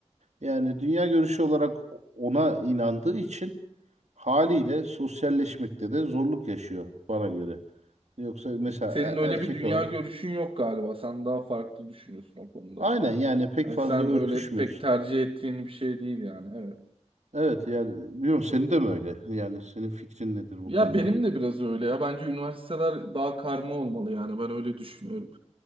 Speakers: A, on the right; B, on the right.
A: Yani dünya görüşü olarak ona inandığı için haliyle
B: Hı hı.
A: sosyalleşmekte de zorluk yaşıyor bana göre. Yoksa mesela
B: Senin öyle
A: e- erkek
B: bir dünya
A: olan
B: görüşün yok galiba. Sen daha farklı düşünüyorsun o konuda.
A: aynen yani pek
B: Yani
A: fazla
B: sen
A: örtüşmüyor.
B: öyle pek tercih ettiğin bir şey değil yani. Evet.
A: Evet yani biliyorum senin de mi öyle? Yani senin fikrin nedir bu
B: Ya
A: konuda?
B: benim de biraz öyle ya. Bence üniversiteler daha karma olmalı yani. Ben öyle düşünüyorum.